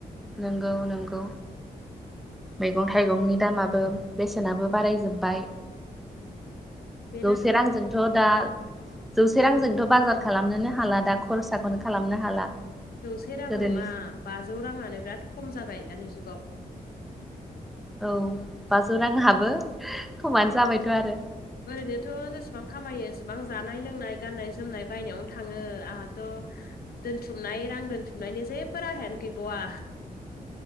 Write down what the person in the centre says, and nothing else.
नंगौ नंगौ। मैगं थाइगंनि दामाबो बेसेनाबो बारायजोब्बाय।
जौसे रांजों थ' दा जौसे रांजोंथ' बाजार खालामनोनो हाला दा खरसाखौनो खालामनो हाला।
गोदोनि
औ बाजौ रांङाबो खमानो जाबायथ' आरो।